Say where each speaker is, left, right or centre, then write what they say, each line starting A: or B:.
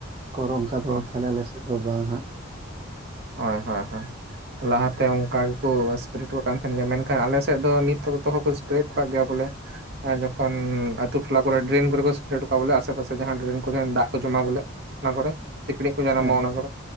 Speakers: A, on the right; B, on the right.
A: ᱠᱚᱨᱚ ᱚᱱᱠᱟ ᱫᱚ
B: ᱦᱳᱭ
A: ᱛᱟᱦᱚᱞᱮ ᱟᱞᱮ ᱥᱮᱫ ᱫᱚ ᱵᱟᱝ ᱦᱟᱸᱜ᱾
B: ᱦᱳᱭ ᱦᱳᱭ ᱦᱳᱭ᱾ ᱞᱟᱦᱟᱛᱮ ᱚᱱᱠᱟ ᱜᱮᱠᱚ ᱮᱥᱯᱨᱮ ᱦᱚᱴᱚᱟᱜ ᱠᱟᱱ ᱛᱟᱦᱮᱸᱱ ᱜᱮᱭᱟ ᱢᱮᱱᱠᱷᱟᱱ ᱟᱞᱮᱥᱮᱫ ᱫᱚ ᱱᱤᱛ ᱡᱚᱛᱚ ᱦᱚᱸᱠᱚ ᱮᱥᱯᱨᱮᱫ ᱠᱟᱜ ᱜᱮᱭᱟ ᱵᱚᱞᱮ, ᱡᱚᱠᱷᱚᱱ ᱟᱹᱛᱩ ᱴᱚᱞᱟ ᱠᱚᱨᱮ ᱰᱨᱮᱱ ᱠᱚᱨᱮ ᱠᱚ ᱮᱥᱯᱨᱮ ᱦᱚᱴᱚ ᱠᱟᱜ-ᱟ ᱵᱚᱞᱮ, ᱟᱥᱮ ᱯᱟᱥᱮ ᱡᱟᱦᱟᱸ ᱰᱨᱮᱱ ᱠᱚᱨᱮ ᱫᱟᱜ ᱠᱚ ᱡᱚᱢᱟ ᱵᱚᱞᱮ, ᱚᱱᱟ ᱠᱚᱨᱮ ᱥᱤᱠᱲᱤᱡ ᱠᱚ ᱡᱟᱱᱟᱢᱚᱜ-ᱟ
A: ᱦᱮᱸ
B: ᱚᱱᱟ ᱠᱚᱨᱮ᱾